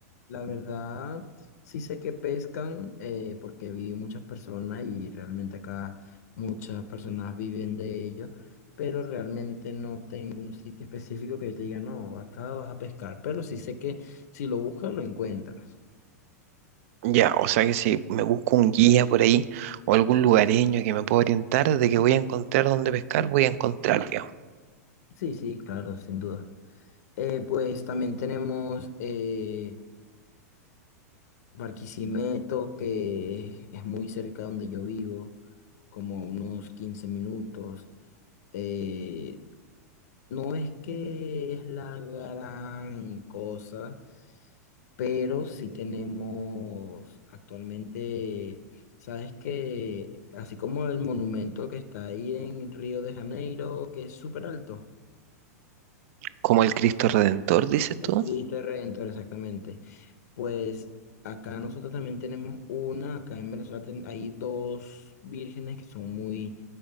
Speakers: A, on the left (about 70°); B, on the right (about 55°).
A: la verdad, sí sé que pescan eh, porque vi muchas personas y realmente acá muchas personas viven de ello, pero realmente no tengo un sitio específico que yo te diga, no, acá vas a pescar, pero sí sé que si lo buscas lo encuentras.
B: Ya, o sea que si me busco un guía por ahí o algún lugareño que me pueda orientar de que voy a encontrar dónde pescar, voy a encontrar, digamos.
A: Sí, sí, claro, sin duda. Eh, pues también tenemos eh, Barquisimeto, que es muy cerca donde yo vivo, como unos 15 minutos. eh, no es que es la gran cosa, pero sí tenemos actualmente, sabes que así como el monumento que está ahí en Río de Janeiro, que es súper alto,
B: Como el Cristo Redentor,
A: el,
B: dices
A: el
B: tú.
A: Cristo Redentor, exactamente. Pues acá nosotros también tenemos una, acá en Venezuela ten- hay dos vírgenes que son muy,